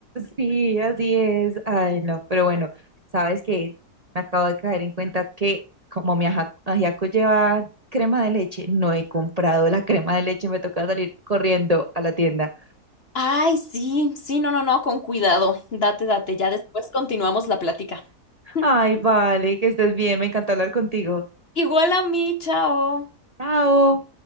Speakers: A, on the right; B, on the left.
A: Sí, así es. Ay, no, pero bueno, sabes que me acabo de caer en cuenta que como mi aja- ajiaco lleva crema de leche, no he comprado la crema de leche, me toca salir corriendo a la tienda.
B: Ay, sí, sí, no, no, no, con cuidado. Date, date, ya después continuamos la plática. <laughs>
A: Ay, vale, que estés bien, me encantó hablar contigo.
B: Igual a mí, chao.
A: Chao.